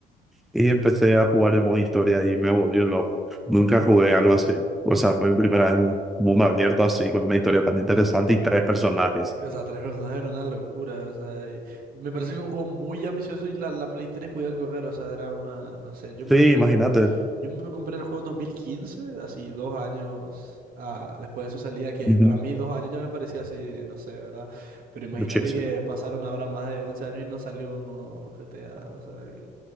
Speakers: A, in the centre; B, on the right.
A: y empecé a jugar el modo historia y me volvió loco. Nunca jugué algo así. O sea, fue mi primera vez en un mundo abierto así, con una historia tan interesante y tres personajes.
B: O sea, tres personajes era una locura. O sea, y me parece que un juego muy ambicioso y la, la Play 3 podía correr. O sea, era una, no sé, yo me
A: Sí,
B: compré
A: imagínate.
B: Yo me compré el juego en 2015, así dos años ah, después de su salida, que
A: Ujú.
B: para mí dos años ya me parecía así, no sé, ¿verdad? Pero imagínate
A: Muchísimo.
B: que pasaron ahora más de 11 años y no salió un nuevo GTA, o sea, que-